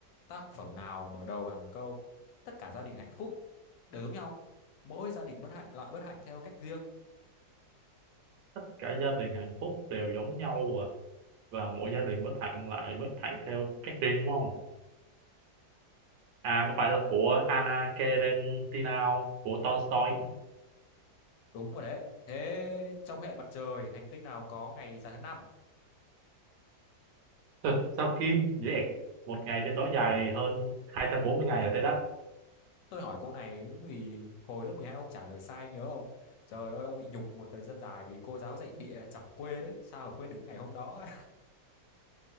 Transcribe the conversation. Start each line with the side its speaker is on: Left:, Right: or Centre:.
Left: tác phẩm nào mở đầu bằng câu tất cả gia đình hạnh phúc đều giống nhau mỗi gia đình bất hạnh lại bất hạnh theo cách riêng
Right: Tất cả gia đình hạnh phúc đều giống nhau à. Và mỗi gia đình bất hạnh lại bất hạnh theo cách riêng đúng không? À, có phải là của Anna Karenina không? Của Tolstoy.
Left: đúng rồi đấy thế trong hệ mặt trời hành tinh nào có ngày dài hơn năm
Right: Ừ, sao Kim? Dễ ẹc. Một ngày trên đó dài hơn 240 ngày ở trái đất.
Left: Tôi hỏi cô này vì hồi lớp 12 ông trả lời sai nhớ không? Trời ơi ông bị nhục một thời gian dài vì cô giáo dạy địa chọc quê đấy, sao mà quên được cái ngày hôm đó.